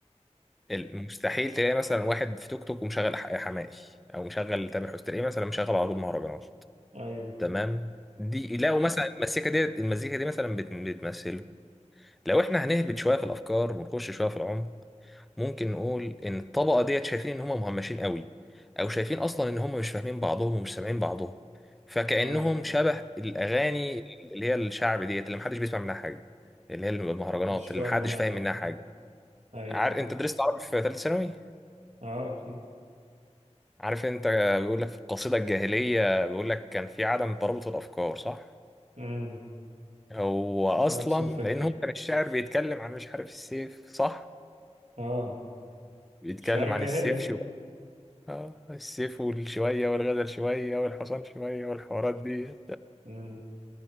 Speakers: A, in the centre; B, on the right.
A: المستحيل تلاقي مثلا واحد في توك توك ومشغل ح- حماقي او مشغل تامر حسني تلاقيه مثلا مشغل على طول مهرجانات
B: ايوه
A: تمام دي لو مثلا المزيكا دي المزيكا دي مثلا بت- بتمثلهم لو احنا هنهبط شويه في الافكار ونخش شويه في العمق ممكن نقول ان الطبقه ديت شايفين ان هم مهمشين قوي او شايفين اصلا ان هم مش فاهمين بعضهم ومش سامعين بعضهم فكانهم
B: ايوه
A: شبه الاغاني اللي هي الشعب ديت اللي محدش بيسمع منها حاجه اللي هي المهرجانات
B: مش فاهم
A: اللي محدش
B: منها
A: فاهم
B: يعني.
A: منها حاجه
B: ايوه
A: عارف انت درست عربي في ثالثه ثانوي
B: اه اكيد
A: عارف انت بيقول لك في القصيده الجاهليه بيقول لك كان في عدم ترابط الافكار صح
B: امم
A: هو اصلا
B: نفس الفكرة
A: لان هو كان الشاعر بيتكلم عن مش عارف السيف صح
B: اه
A: بيتكلم
B: الشعر الجاهلي
A: عن السيف شو اه السيف والشوية والغزل شوية والحصان شوية والحوارات دي
B: امم